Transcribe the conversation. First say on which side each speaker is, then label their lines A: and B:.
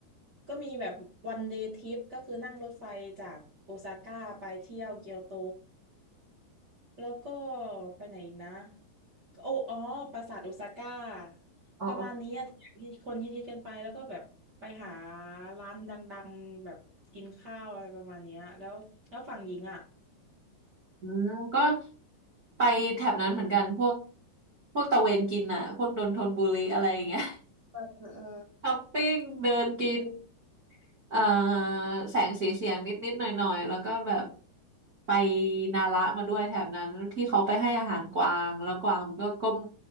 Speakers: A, on the right; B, on the right.
A: ก็มีแบบวันเดย์ทริปก็คือนั่งรถไฟจากโอซาก้าไปเที่ยวเกียวโต แล้วก็ไปไหนอีกนะ โอ้อ๋อปราสาทโอซาก้า
B: อ๋อ
A: ประมาณนี้อะที่คนฮิตๆกันไปแล้วก็แบบไปหาร้านดังๆแบบกินข้าวอะไรประมาณเนี้ยแล้วแล้วฝั่งหญิงอ่ะ
B: อืมก็ไปแถบนั้นเหมือนกันพวกพวกตะเวนกินอ่ะพวกดนทนบุรีอะไรอย่างเงี้ย <laughs>
A: เออเออเออ
B: ช้อปปิ้งเดินกินเอ่อแสงสีเสียงนิดนิดหน่อยหน่อยๆแล้วก็แบบไปนาระมาด้วยแถบนั้นที่เขาไปให้อาหารกวางแล้วกวางมันก็ก้ม